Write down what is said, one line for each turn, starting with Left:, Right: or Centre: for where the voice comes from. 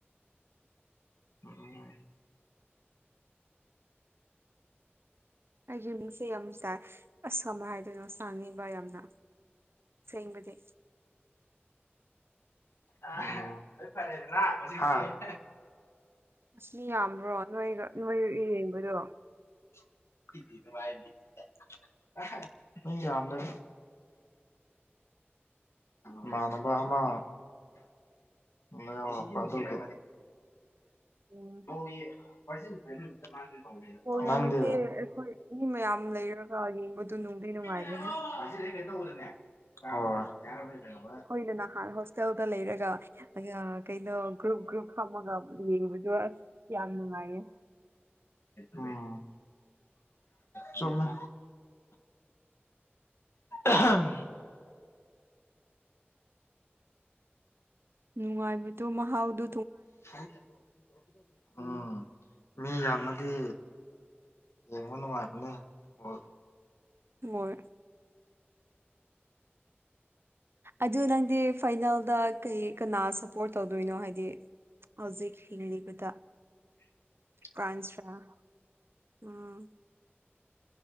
Left: ꯎ ꯎꯝ
Right: ꯑꯩꯒꯤ ꯃꯤꯡꯁꯦ ꯌꯥꯝ ꯆꯥꯏ ꯑꯁ ꯀꯃꯥꯏ ꯍꯥꯏꯗꯣꯏꯅꯣ ꯁꯥꯡꯉꯤꯕ ꯌꯥꯝꯅ ꯁꯦꯝꯕꯗꯤ
Left: ꯎꯝ ꯂꯣꯏ ꯐꯔꯦꯗꯅ ꯍꯧꯖꯤꯛꯇꯤ ꯍꯥ
Right: ꯑꯁ ꯃꯤ ꯌꯥꯝꯕ꯭ꯔꯣ ꯅꯣꯏꯔ ꯅꯣꯏ ꯏꯔꯦꯡꯕꯗꯣ
Left: <unintelligible> ꯃꯤ ꯌꯥꯝꯗꯕꯅꯤ ꯏꯃꯥꯟꯅꯕ ꯑꯃ ꯇꯨꯡꯗ ꯌꯥꯎꯔꯛꯄ ꯑꯗꯨꯒꯤ
Right: ꯎꯝ
Left: <unintelligible>
Right: ꯕꯣꯜ
Left: ꯅꯪꯗꯤ
Right: ꯌꯦꯡꯕꯁꯦ
Left: <unintelligible>
Right: ꯑꯩꯈꯣꯏ ꯃꯤ ꯃꯌꯥꯝ ꯂꯩꯔꯒ ꯌꯦꯡꯕꯗꯨ ꯅꯨꯡꯗꯤ ꯅꯨꯡꯉꯥꯏꯕꯅꯦ
Left: ꯀꯩꯅꯣ ꯇꯧꯕꯗꯅꯦ꯫ ꯍꯣꯏ <unintelligible>
Right: ꯑꯩꯈꯣꯏꯅ ꯅꯍꯥꯟ ꯍꯣꯁꯇꯦꯜꯗ ꯂꯩꯔꯒ ꯑꯌꯥ ꯀꯩꯅꯣ ꯒ꯭ꯔꯨꯞ ꯒ꯭ꯔꯨꯞ ꯐꯝꯃꯒ ꯌꯦꯡꯕꯗꯣ ꯑꯁ ꯌꯥꯝ ꯅꯨꯡꯉꯥꯏꯌꯦ
Left: ꯎꯝ ꯆꯨꯝꯃꯦ ꯑꯍꯝ
Right: ꯅꯨꯡꯉꯥꯏꯕꯗꯨ ꯃꯍꯥꯎꯗꯨ
Left: <unintelligible> ꯎꯝ ꯃꯤ ꯌꯥꯝꯃꯗꯤ ꯌꯦꯡꯕ ꯅꯨꯡꯉꯥꯏꯕꯅꯦ ꯕꯣꯜ
Right: ꯍꯣꯏ ꯑꯗꯨ ꯅꯪꯗꯤ ꯐꯥꯏꯅꯦꯜꯗ ꯀꯩ ꯀꯅꯥ ꯁꯞꯄꯣꯔꯠ ꯇꯧꯗꯣꯏꯅꯣ ꯍꯥꯏꯗꯤ ꯍꯧꯖꯤꯛ ꯍꯤꯡꯂꯤꯕꯗ
Left: <inaudible>
Right: ꯐ꯭ꯔꯥꯟꯁꯔꯥ ꯎꯝ